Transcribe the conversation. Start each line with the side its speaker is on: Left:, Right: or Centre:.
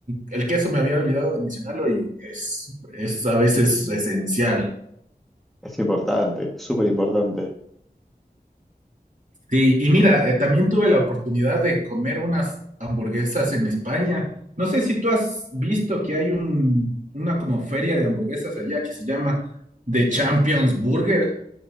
Right: el queso me había olvidado de mencionarlo y es, es a veces esencial.
Centre: Es importante, súper importante.
Right: Sí, y mira, eh, también tuve la oportunidad de comer unas hamburguesas en España. No sé si tú has visto que hay un, una como feria de hamburguesas allá que se llama The Champions Burger.